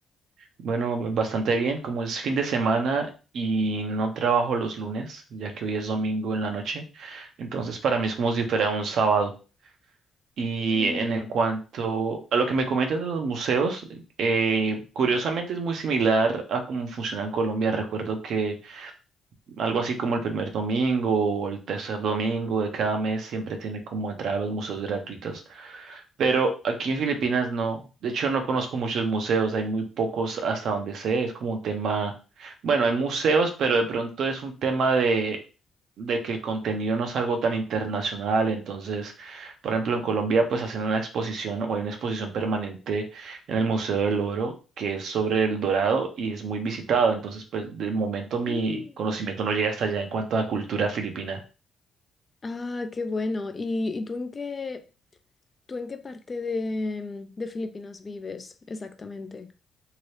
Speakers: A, on the right; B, on the left.
A: Bueno, bastante bien. Como es fin de semana y no trabajo los lunes, ya que hoy es domingo en la noche, entonces para mí es como si fuera un sábado. Y
B: Mm,
A: en, en cuanto a lo que me comentas de los museos, eh, curiosamente es muy similar a cómo funciona en Colombia. Recuerdo que algo así como el primer domingo o el tercer domingo de cada mes siempre tiene como entrada a los museos gratuitos. Pero aquí en Filipinas no. De hecho, no conozco muchos museos, hay muy pocos hasta donde sé. Es como un tema, bueno, hay museos, pero de pronto es un tema de, de que el contenido no es algo tan internacional. Entonces, por ejemplo, en Colombia, pues hacen una exposición o hay una exposición permanente en el Museo del Oro que es sobre el Dorado y es muy visitado. Entonces, pues de momento
B: mm.
A: mi conocimiento no llega hasta allá en cuanto a cultura filipina.
B: Ah, qué bueno. ¿Y, y tú en qué, tú en qué parte de, de Filipinas vives exactamente?